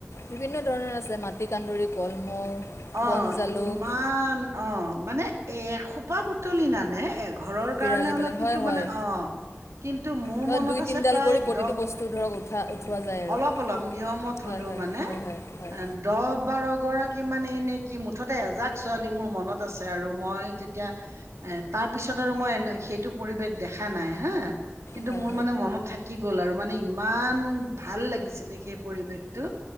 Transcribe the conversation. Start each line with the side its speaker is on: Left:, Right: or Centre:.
Left: বিভিন্ন ধৰণৰ আছে, মাটিকাঁন্দুৰি, কলমৌ,
Right: অ
Left: বন জালুক
Right: ইমান অ' মানে এসোপা বুটলি নানে ঘৰৰ
Left: পিৰালি
Right: কাৰণে হলেও
Left: পালেং
Right: কিন্তু
Left: হয়
Right: মানে,
Left: হয়
Right: অ' কিন্তু মোৰ
Left: ধৰক
Right: মনত
Left: দুই
Right: আছে
Left: তিনিডাল
Right: প্ৰায়,
Left: কৰি প্ৰতিটো
Right: দহ
Left: বস্তু ধৰক উঠা উঠোৱা যায় আৰু
Right: অলপ অলপ, নিয়মত
Left: হয়
Right: হলেও
Left: হয়
Right: মানে,
Left: হয় হয় হয়
Right: দহ বাৰ গৰাকী মানে এনে কি মুঠতে এজাক ছোৱালী মোৰ মনত আছে আৰু মই তেতিয়া, এ তাৰ পিছত আৰু মই সেইটো পৰিৱেশ দেখা নাই হা কিন্তু
Left: হয়
Right: মোৰ মানে মনত থাকি গ'ল আৰু মানে ইমান ভাল লাগিছিলে সেই পৰিৱেশটো